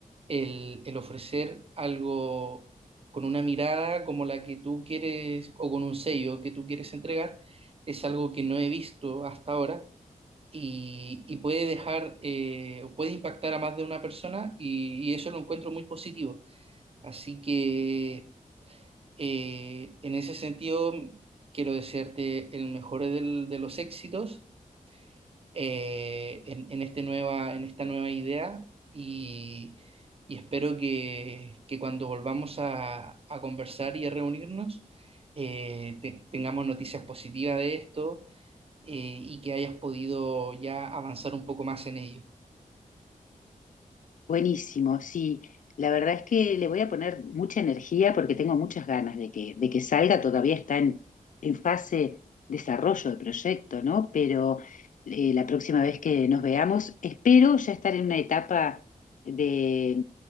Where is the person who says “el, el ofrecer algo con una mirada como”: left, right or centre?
Right